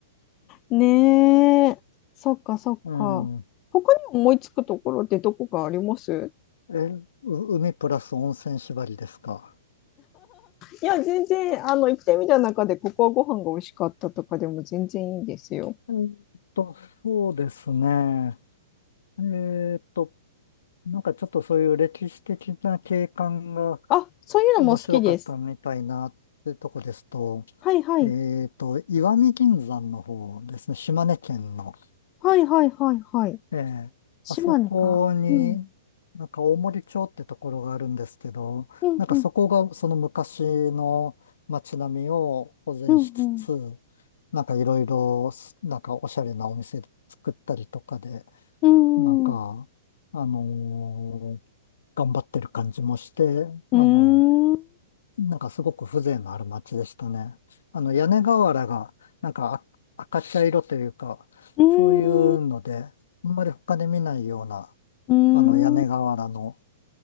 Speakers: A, on the left; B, on the left.
A: ねえ。そっかそっか。
B: うん。
A: 他に思いつくところってどこかあります
B: え、う海プラス温泉縛りですか。
A: いや、全然、あの、行ってみた中で、ここはご飯が美味しかったとかでも全然いいですよ。
B: えーっと、そうですね。えーっと、なんかちょっとそういう歴史的な景観が、
A: あ、そういうのも好きです。
B: 面白かったのみたいなってとこですと、
A: はいはい。
B: えっと、石見銀山の方ですね、島根県の。
A: はいはいはいはい。
B: ええあそこに、
A: 島根か。うん。
B: なんか大森町ってところがあるんですけど、
A: うんうん。
B: なんかそこがその昔の街並みを保全しつつ、
A: うんうん。
B: なんかいろいろ、なんかおしゃれなお店作ったりとかで、
A: うーん。
B: なんか、
A: う
B: あのー頑張ってる感じもして、あの
A: ーん。う
B: なんかすごく風情のある街でしたね。あの屋根瓦がなんかあ赤茶色というか、
A: ーん。
B: そういうので、
A: う
B: あんまり他で見ないような、
A: ーん。
B: あの屋根瓦の、
A: う